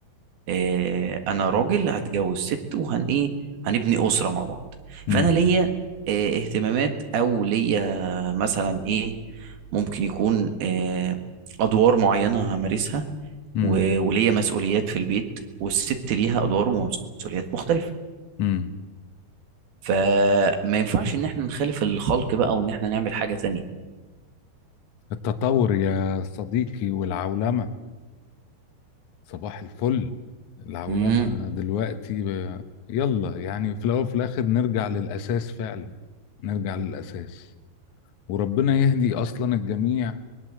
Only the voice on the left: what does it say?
امم
امم
امم
التطور يا صديقي والعولمة صباح الفل العولمة
دلوقتي ب... يلا يعني في الأول وفي الآخر نرجع للأساس فعلا نرجع للأساس وربنا يهدي أصلا الجميع